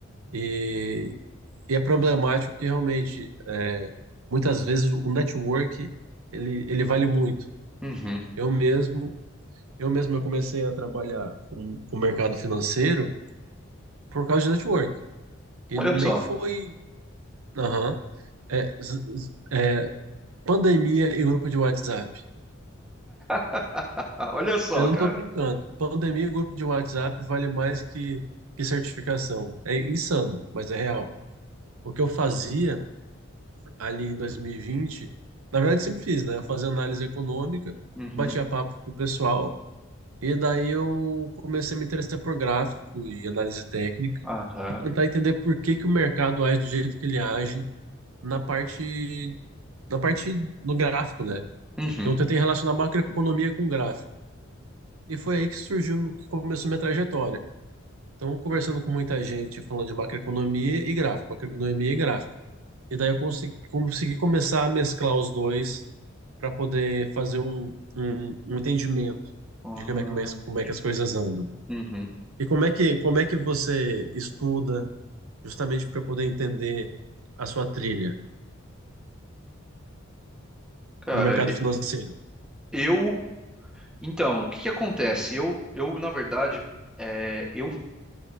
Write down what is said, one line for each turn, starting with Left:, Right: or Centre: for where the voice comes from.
Right: e, e é problemático que realmente, é, muitas vezes, o network ele, ele vale muito.
Centre: uhum.
Right: Eu mesmo, eu mesmo eu comecei a trabalhar com, com o mercado financeiro por causa de network. E
Centre: Olha
Right: nem
Centre: só,
Right: foi, aham, é, z- z- é, pandemia e grupo de WhatsApp.
Centre: <laughs> olha só,
Right: Eu não
Centre: cara.
Right: tô brincando. Pandemia e grupo de WhatsApp vale mais que, que certificação. É insano, mas é real. O que eu fazia ali em 2020, na verdade sempre fiz, né? Eu fazia análise econômica,
Centre: Uhum,
Right: batia papo com o pessoal, e daí eu comecei a me interessar por gráfico e análise técnica,
Centre: aham,
Right: e tentar entender por que que o mercado age do jeito que ele age na parte, na parte no gráfico, né?
Centre: uhum.
Right: Então eu tentei relacionar macroeconomia com gráfico. E foi aí que surgiu, que começou minha trajetória. Então, conversando com muita gente, falando de macroeconomia e gráfico, macroeconomia e gráfico. E daí eu consegui, consegui começar a mesclar os dois para poder fazer um, um, um entendimento
Centre: Ah,
Right: de como é, que
Centre: entendi.
Right: como é que as coisas andam.
Centre: Uhum.
Right: E como é que, como é que você estuda justamente para poder entender a sua trilha
Centre: Cara,
Right: no mercado
Centre: e-
Right: financeiro?
Centre: eu. Então, o que que acontece? Eu, eu na verdade, é, eu,